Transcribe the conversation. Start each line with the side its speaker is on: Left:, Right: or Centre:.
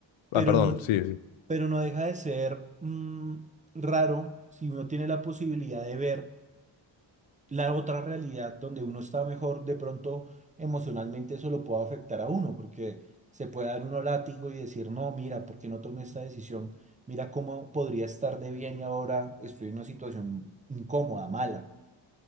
Right: pero
Left: Ah, perdón,
Right: no,
Left: sí,
Right: pero no deja de ser mm, raro si uno tiene la posibilidad de ver la otra realidad donde uno está mejor, de pronto emocionalmente eso lo puede afectar a uno, porque se puede dar uno látigo y decir, no, mira, ¿por qué no tomé esta decisión? Mira cómo podría estar de bien y ahora estoy en una situación incómoda, mala.